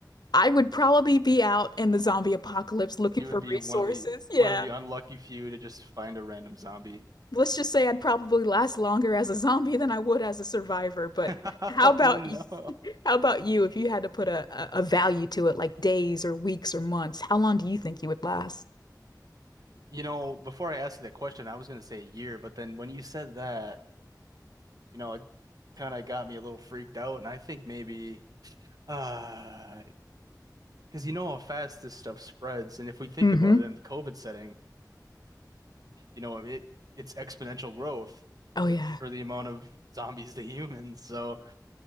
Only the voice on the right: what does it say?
You
would be
one of the
one of the unlucky few to just find a random zombie.
<laughs>
Oh no.
You know, before I asked you that question, I was going to say a year, but then when you said that, you know, it kind of got me a little freaked out. And I think maybe, uh, because you know how fast this stuff spreads. And if we think
about it in the COVID setting, you know, it it's exponential growth
uh, for the amount of zombies <laughs> to humans. So